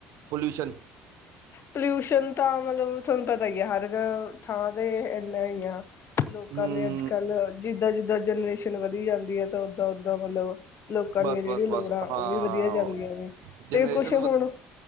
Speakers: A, on the right; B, on the left.
A: ਪੋਲਊਸ਼ਨ।
B: ਪੋਲਿਊਸ਼ਨ ਤਾਂ ਮਤਲਬ ਤੁਹਾਨੂੰ ਪਤਾ ਹੀ ਆ ਹਰ ਥਾਂ ਤੇ ਇੱਨਾ ਹੀ ਆ। ਲੋਕਾਂ
A: ਹੂੰ
B: ਦੇ ਅੱਜ ਕੱਲ੍ਹ ਜਿੱਦਾਂ, ਜਿੱਦਾਂ ਜਨਰੇਸ਼ਨ ਵਧੀ ਜਾਂਦੀ ਹੈ ਤਾਂ ਓਦਾਂ-ਓਦਾਂ ਮਤਲਬ ਲੋਕਾਂ
A: ਬਸ
B: ਦੀਆਂ ਜਿਹੜੀ
A: ਬਸ ਬਸ
B: ਲੋੜਾਂ ਉਹ
A: ਹਾਂ
B: ਵੀ ਵਧੀਆ ਜਾਂਦੀਆਂ ਨੇ
A: ਜਨਰੇਸ਼ਨ
B: ਤੇ ਕੁਛ ਹੁਣ